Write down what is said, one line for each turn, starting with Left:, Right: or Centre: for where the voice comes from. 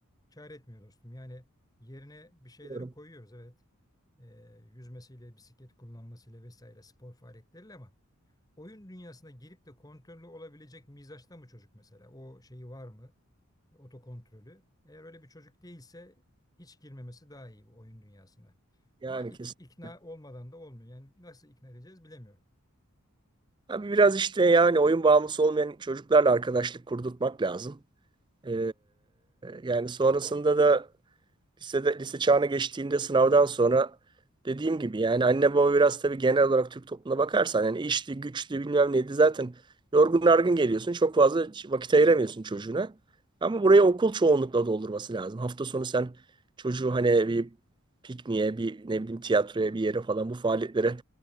Left: kâr etmiyor dostum. Yani yerine bir şeyleri
Right: Diyorum.
Left: koyuyoruz evet. Ee, yüzmesiyle, bisiklet kullanmasıyla vesaire spor faaliyetleriyle ama oyun dünyasına girip de kontrollü olabilecek mizaçta mı çocuk mesela? O şeyi var mı? Otokontrolü. Eğer öyle bir çocuk değilse hiç girmemesi daha iyi bu oyun dünyasına. Ama
Right: Yani
Left: ik-
Right: kesinlikle.
Left: ikna olmadan da olmuyor. Yani nasıl ikna edeceğiz bilemiyorum.
Right: Abi biraz işte yani oyun bağımlısı olmayan çocuklarla arkadaşlık kurdurtmak lazım. Ee, yani sonrasında da Lisede, lise çağına geçtiğinde sınavdan sonra dediğim gibi yani anne baba biraz tabii genel olarak Türk toplumuna bakarsan yani işti, güçtü bilmem neydi zaten yorgun argın geliyorsun. Çok fazla vakit ayıramıyorsun çocuğuna. Ama buraya okul çoğunlukla doldurması lazım. Hafta sonu sen çocuğu hani bir pikniğe, bir ne bileyim tiyatroya bir yere falan bu faaliyetlere